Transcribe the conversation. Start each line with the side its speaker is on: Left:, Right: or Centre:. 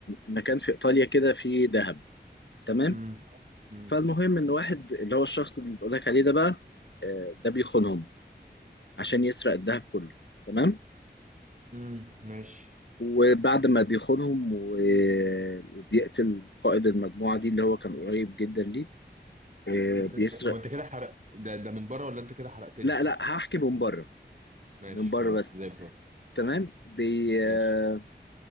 Left: مكان في إيطاليا كده فيه ذهب تمام
Right: امم امم
Left: فالمهم إن واحد اللي هو الشخص اللي بقول لك عليه ده بقى آه، ده بيخونهم عشان يسرق الذهب كله تمام
Right: امم ماشي
Left: وبعد ما بيخونهم و- وبيقتل قائد المجموعة دي اللي هو كان قريب جدا ليه آه،
Right: بس
Left: بيسرق
Right: هو انت كده حرق ده ده من بره ولا انت كده حرقت لي
Left: لا لا هحكي من بره
Right: ماشي
Left: من بره
Right: خلاص
Left: بس
Right: زي الفل
Left: تمام بي
Right: ماشي
Left: آه،